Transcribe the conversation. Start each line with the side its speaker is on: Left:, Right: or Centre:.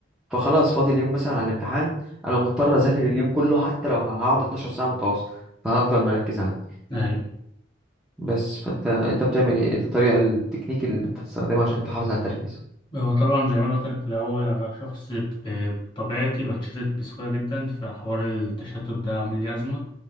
Centre: فخلاص فاضل اليوم مثلا على الامتحان انا مضطر اذاكر اليوم كله حتى لو هقعد 12 ساعة متواصل فهفضل مركز عندي
Left: أي
Centre: بس فانت انت بتعمل ايه الطريقة التكنيك اللي انت بتستخدمها عشان تحافظ على التركيز
Left: هو طبعا زي ما أنا قلت لك في الأول أنا شخص ب- بطبيعتي بتشتت بسهولة جدا فحوار التشتت ده عامل لي أزمة